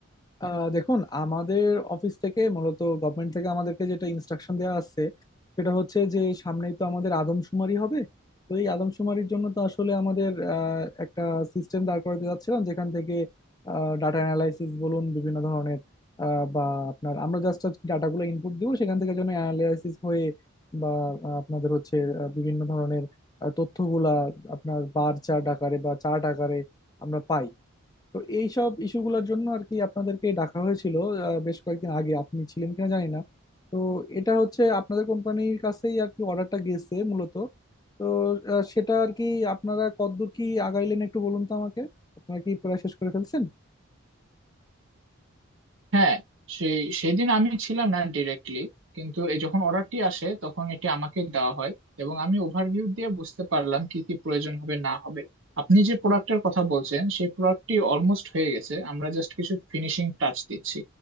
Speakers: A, on the left; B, on the right.
A: আহ দেখুন আমাদের অফিস থেকে মূলত গভর্নমেন্ট থেকে আমাদেরকে যেটা ইনস্ট্রাকশন দেওয়া আছে সেটা হচ্ছে যে সামনেই তো আমাদের আদমশুমারি হবে তো এই আদমশুমারির জন্য তো আসলে আমাদের আহ, একটা সিস্টেম দাঁড় করাতে যাচ্ছিলাম যেখান থেকে ডাটা অ্যানালাইসিস বলুন বিভিন্ন ধরনের আহ, বা আপনার আমরা জাস্ট ডাটাগুলো ইনপুট দিব সেখান থেকে যেন অ্যানালাইসিস হয়ে বা আহ, আপনাদের হচ্ছে আহ, বিভিন্ন ধরনের আহ, তথ্যগুলা আপনার বার চার্ট আকারে বা চার্ট আকারে আমরা পাই তো এইসব ইস্যুগুলোর জন্য আর কি আপনাদেরকে ডাকা হয়েছিল আহ, বেশ কয়েকদিন আগে আপনি ছিলেন কিনা জানি না তো এটা হচ্ছে আপনাদের কোম্পানির কাছেই আর কি অর্ডারটা গেছে মূলত তো আহ, সেটা আর কি আপনারা কতদূর কি আগাইলেন একটু বলুন তো আমাকে আপনারা কি প্রায় শেষ করে ফেলছেন
B: হ্যাঁ সেই সেদিন আমি ছিলাম না ডিরেক্টলি কিন্তু এই যখন অর্ডারটি আসে তখন এটি আমাকে দেওয়া হয় এবং আমি ওভারভিউ দিয়ে বুঝতে পারলাম কি কি প্রয়োজন হবে না হবে আপনি যে প্রোডাক্টের কথা বলছেন সেই প্রোডাক্টটি অলমোস্ট হয়ে গেছে আমরা জাস্ট কিছু ফিনিশিং টাচ দিচ্ছি